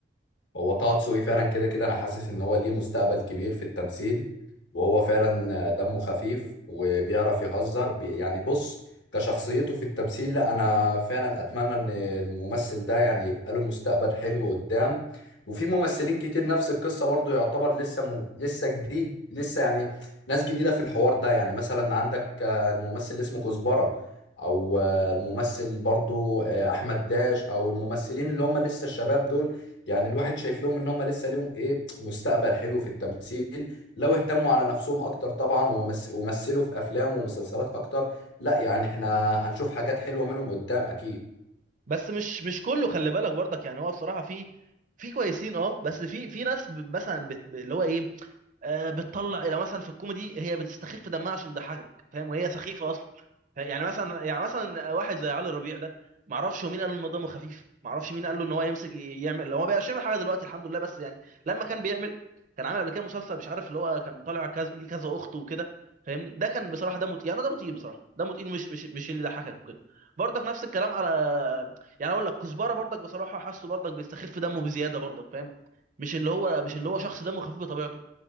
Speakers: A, on the left (about 80°); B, on the right (about 45°).
A: هو طه دسوقي فعلا كده كده انا حاسس ان هو ليه مستقبل كبير في التمثيل وهو فعلا دمه خفيف وبيعرف يهزر بي يعني بص كشخصيته في التمثيل لا انا فعلا اتمنى ان الممثل ده يعني يبقى له مستقبل حلو قدام وفي ممثلين كتير نفس القصة برضو يعتبر لسه م... لسه جديد لسه يعني ناس جديدة في الحوار ده يعني مثلا عندك آه، الممثل اللي اسمه كزبرة او آه، الممثل برضو آه، احمد داش او الممثلين اللي هم لسه الشباب دول يعني الواحد شايف لهم ان هم لسه ليهم ايه مستقبل حلو في التمثيل لو اهتموا على نفسهم اكتر طبعا ومس- ومثلوا في افلام ومسلسلات اكتر لا يعني احنا هنشوف حاجات حلوة منهم قدام اكيد
B: بس مش مش كله خلي بالك برضك يعني هو بصراحه في في كويسين اه بس في في ناس ب- مثلا بت... ب- اللي هو ايه آه، بتطلع لو مثلا في الكوميدي هي بتستخف دمها عشان تضحكك فاهم وهي سخيفه اصلا يعني مثلا يعني مثلا واحد زي علي ربيع ده ما اعرفش هو مين قال له ان هو دمه خفيف ما اعرفش مين قال له ان هو يمسك يعمل لو هو بقى يعمل حاجه دلوقتي الحمد لله بس يعني لما كان بيعمل كان عامل قبل كده مسلسل مش عارف اللي هو كان طالع كذا ليه كذا اخت وكده فاهمني ده كان بصراحه دمه تقيل انا دمه تقيل بصراحه دمه تقيل مش مش مش اللي يضحكك وكده برضك نفس الكلام على يعني اقول لك كزبره برضك بصراحه حاسه برضك بيستخف دمه بزياده برضك فاهم مش اللي هو مش اللي هو شخص دمه خفيف بطبيعته